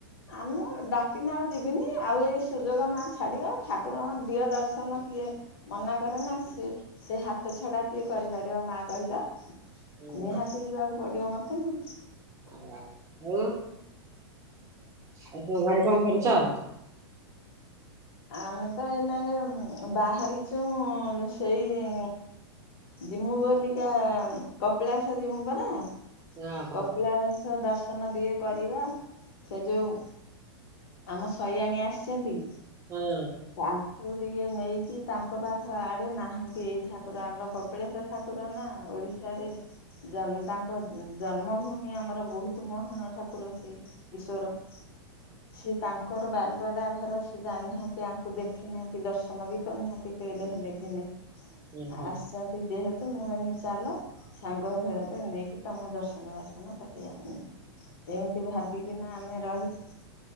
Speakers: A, on the left (about 60°); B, on the right (about 20°).
A: ଆମ ଡାକିନେ ଆଉ ଯିବିନି ଆଉ ଏଇ ସୁଯୋଗ ମା ଛାଡ଼ିବା ଠାକୁରଙ୍କ ଦିଅ ଦର୍ଶନ କିଏ ମନା କରେ ନା ସି ସେ ହାତ ଛଡ଼ା କିଏ କରିପାରିବ ମା କହିଲ?
B: ଆଉ
A: ନିହାତି ଯିବାକୁ ପଡ଼ିବ ମତେ ନା।
B: ଉଁ ଆଉ? ଆଉ ସବୁ ଘରେ କଣ କରୁଚ?
A: ଆମେ ତ ଏଇନାକେ ଉଁ ବାହାରିଛୁଁ ସେଇଁ ଜିବୁ ବୋଲିକା ଉଁ କପିଳାସ ଜିବୁ ପରା।
B: ଓହୋ
A: କପିଳାସ ଦର୍ଶନ ଟିକେ କରିବା ସେ ଯୋଉ ଆମ ଶଇଆଣି ଆସିଛନ୍ତି।
B: ହଁ।
A: ତାଙ୍କୁ ଟିକିଏ ନେଇକି ତାଙ୍କ ପାଖ ଆଡ଼େ ନାହାନ୍ତି ଏଇ ଠାକୁର ଆମର କ ପିଳାଶ ଠାକୁର ନାଁ ଓଡ଼ିଶାରେ ଜନ୍ମ ତାଙ୍କ ଜନ୍ମଭୂମି ଆମର ବୋହୁତୁ ମହାନ ଠାକୁର ସିଏ ଈଶ୍ଵର। ସିଏ ତାଙ୍କର ବାରିପଦା ଘର ସେ ଜାଣିନାହାଁନ୍ତି ଆଙ୍କୁ ଦେଖିନାହାନ୍ତି ଦର୍ଶନ ବି କରି ନାହାନ୍ତି କେବେ ହେଲେ ଦିନେ।
B: ଓହୋ
A: ଆସିଛନ୍ତି ଯେହେତୁ ମୁଁ କହିନି ଚାଲ ସାଙ୍ଗ <unintelligible> ରେ ନେଇକି ତମ ଦର୍ଶ ସନ ବାସନ କରେଇ ଆଣିବି ଏମିତି ଭାବିକିନା ଆମେ ରହିଛୁ।